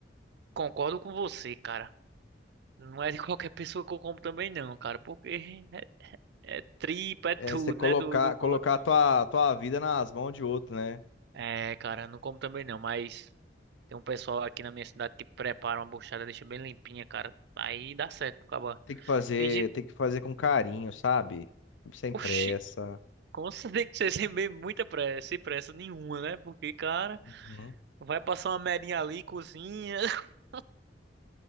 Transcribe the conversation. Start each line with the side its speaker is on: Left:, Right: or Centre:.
Right: concordo com você, cara. Não é de <laughs> qualquer pessoa que eu como também, não, cara. Porque é, é tripa, é tudo,
Left: É, você colocar,
Right: né? Do, do bode.
Left: colocar a tua, tua vida nas mãos de outro, né?
Right: É, cara, não como também não. Mas tem um pessoal aqui na minha cidade que prepara uma buchada, deixa bem limpinha, cara. Aí dá certo pro cabra.
Left: Tem que fazer,
Right: Tem gente.
Left: tem que fazer com carinho, sabe? Sem pressa.
Right: Oxi, como você <laughs> tem que ser sem bem muita pressa, sem pressa nenhuma, né? Porque, cara,
Left: Uhum.
Right: vai passar uma merinha ali, cozinha. <laughs>